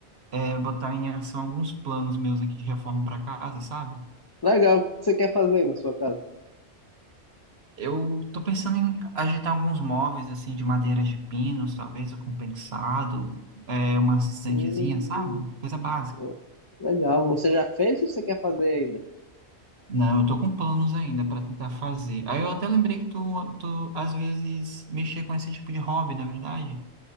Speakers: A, on the right; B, on the left.
A: é, botar em ação alguns planos meus aqui de reforma para casa, sabe?
B: Legal, o que você quer fazer aí na sua casa?
A: Eu tô pensando em ajeitar alguns móveis, assim, de madeiras de pinos, talvez, ou compensado, pensado, é, umas estantezinha,
B: Hum,
A: sabe? Coisa básica.
B: hum, legal, você já fez ou você quer fazer ainda?
A: Não, eu tô com planos ainda para tentar fazer. Aí eu até lembrei que tu, tu, às vezes, mexia com esse tipo de hobby, na verdade.